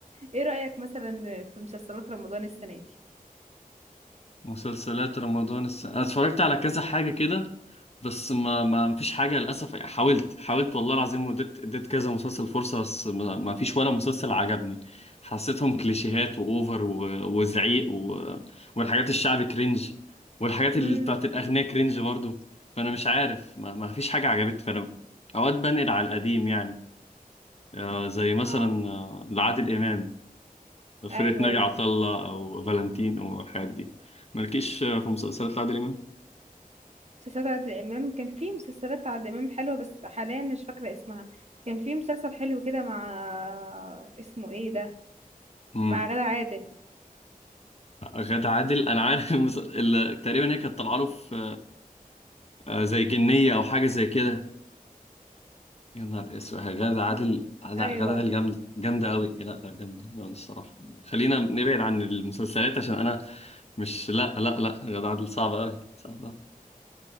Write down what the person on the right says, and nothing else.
ايه رأيك مثلا في مسلسلات رمضان السنة دي
امم
اه
ايوه
ايوه
مسلسلات عادل امام كان في مسلسلات عادل امام حلوه بس حاليا مش فاكره اسمها كان في مسلسل حلو كده مع اسمه ايه ده
مع غادة عادل
مم.
ايوه